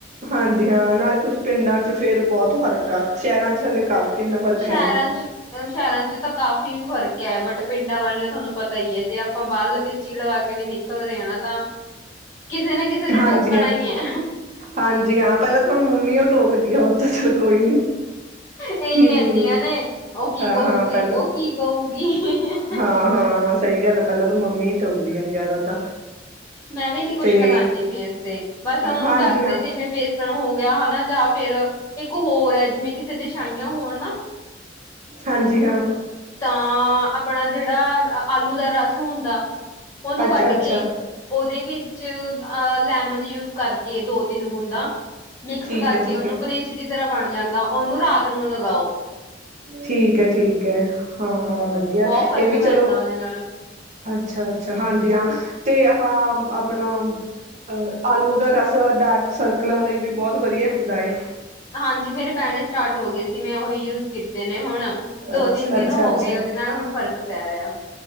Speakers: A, on the right (about 40°); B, on the left (about 15°).
A: ਹਾਂਜੀ ਹਾਂ, ਨਾਲੇ ਕੁਛ ਪਿੰਡਾਂ ਚ ਫੇਰ ਬੋਤ ਫ਼ਰਕ ਆ, ਸ਼ਹਿਰਾਂ ਚ ਹਲੇ ਕਾਫੀ ਇੰਨਾ ਫ਼ਰਕ
B: ਸ਼ਹਿਰਾਂ
A: ਹੈ ਨੀ।
B: ਚ, ਸ਼ਹਿਰਾਂ ਚ ਤਾਂ ਕਾਫੀ ਫਰਕ ਕਹਿਵਟ ਪਿੰਡਾਂ ਵਾਲੀਆਂ ਤੁਹਾਨੂੰ ਪਤਾ ਹੀ ਹੈ, ਜੇ ਆਪਾਂ ਬਾਹਰ ਲਪਿਸਟਿਕ ਲਗਾ ਕੇ ਵੀ ਨਿਕਲ ਰਹੇ ਹ ਨਾ ਤਾਂ ਕਿਸੇ ਨਾ, ਕਿਸੇ ਨੇ
A: ਹਾਂਜੀ
B: ਟੋਕਣਾ
A: ਹਾਂ,
B: ਹੀ ਹੈ।
A: ਹਾਂਜੀ ਹਾਂ, ਪਹਿਲਾਂ ਤਾਂ ਮੰਮੀ ਉਹ ਟੋਕਦੀ ਆ, ਹੋਰ ਤਾਂ ਚਲ ਕੋਈ ਨੀ।
B: ਇਹੀ
A: ਹੂੰ,
B: ਕਹਿੰਦੀਆਂ ਨੇ ਉਹ ਕੀ
A: ਹਾਂ-ਹਾਂ
B: ਕਹੂਗੀ
A: ਪਹਿਲਾਂ
B: ਉਹ ਕੀ ਕਹੂਗੀ
A: ਹਾਂ- ਹਾਂ। ਸਹੀ ਗੱਲ ਹੈ, ਪਹਿਲਾਂ ਤਾਂ ਮੰਮੀ ਹੀ ਟੋਕਦੀਆਂ ਜ਼ਿਆਦਾ ਤਾਂ।
B: ਮੈਂ ਵੀ ਨੀ ਕੁੱਛ
A: ਤੇ
B: ਲਗਾਉਂਦੀ ਫੇਸ ਤੇ, ਬਸ ਉਹ
A: ਹਾਂਜੀ
B: ਘਰਦੀ
A: ਹਾਂ
B: ਜਿਵੇਂ ਬੇਸ ਸਣ ਹੋ ਗਿਆ ਹਨਾ ਜਾਂ ਫੇਰ, ਇੱਕ ਹੋਰ ਹੈ ਜਿਵੇਂ ਕਿਸੇ ਦੇ ਛਾਈਆਂ ਹੋਣ ਨਾ
A: ਹਾਂਜੀ- ਹਾਂ।
B: ਤਾਂ ਆਪਣਾ ਜਿਹੜਾ ਆਲੂ ਦਾ ਰਸ ਹੁੰਦਾ, ਉਹਨੂੰ
A: ਅੱਛਾ
B: ਕੱਢ
A: ਅੱਛਾ
B: ਕੇ ਉਹਦੇ ਵਿੱਚ ਅ ਲੈਮਨ ਜੂਸ ਕਰਕੇ ਦੋ- ਤਿੰਨ ਬੂੰਦਾ, ਮਿਕਸ
A: ਠੀਕ
B: ਕਰਕੇ
A: ਹੈ ਠੀਕ
B: ਉਹਨੂੰ
A: ਹੈ
B: ਬਲੀ ਬਲੀਚ ਦੀ ਤਰਾਂ ਬਣ ਜਾਂਦਾ, ਉਹਨੂੰ ਰਾਤ ਨੂੰ ਲਗਾਓ।
A: ਠੀਕ ਹੈ- ਠੀਕ ਹੈ, ਹਾਂ-ਹਾਂ ਵਧੀਆ,
B: ਬਹੁਤ ਫ਼ਰਕ
A: ਇਹ ਵੀ
B: ਪੈਂਦਾ
A: ਚਲੋ
B: ਉਹਦੇ ਨਾਲ
A: ਅੱਛ -ਅੱਛਾ, ਹਾਂਜੀ- ਹਾਂ, ਤੇ ਹਾਂ ਆਪਣਾ ਅ-ਆਲੂ ਦਾ ਰਸ, ਡਾਰਕ ਸਰਕਲਾਂ ਲਈ ਵੀ, ਬਹੁਤ ਵਧੀਆ ਹੁੰਦਾ ਹੈ।
B: ਹਾਂਜੀ, ਮੇਰੇ ਪੈਣੇ ਸਟਾਰਟ ਹੋ ਗਏ। ਕਿ ਮੈਂ ਉਹੀ ਯੂਜ ਕੀਤੇ ਨੇ ਹੁਣ, ਦੋ
A: ਅੱਛਾ
B: -ਤਿੰਨ ਦਿਨ
A: ਅੱਛਾ
B: ਹੋ
A: ਅੱਛਾ
B: ਗਏ, ਉਹਦੇ ਨਾਲ ਹੁਣ ਫ਼ਰਕ ਪੈ ਰਿਹਾ।